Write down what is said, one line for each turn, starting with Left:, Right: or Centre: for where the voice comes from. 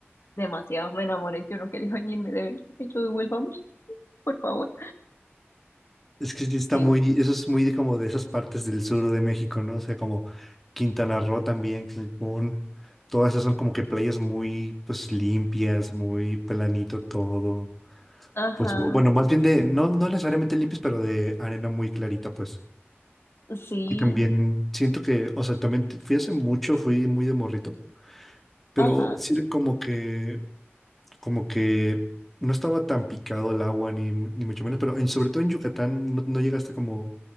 Left: Demasiado me enamoré, yo no quería venirme de verdad. Y Yo devuélvame, por favor.
Centre: Es que sí está
Left: Sí,
Centre: muy... Eso es muy de como de esas partes del sur de México, ¿no? O sea, como Quintana Roo también, Cancún. Todas esas son como que playas muy, pues, limpias, muy planito todo.
Left: ajá,
Centre: Pues bu- bueno, más bien de, no, no necesariamente limpias, pero de arena muy clarita, pues.
Left: sí,
Centre: Y también siento que, o sea, también te- fui hace mucho, fui muy de morrito, pero
Left: ajá.
Centre: sí era como que, como que no estaba tan picado el agua, ni, mu- ni mucho menos, pero en, sobre todo en Yucatán, ¿no, no llegaste como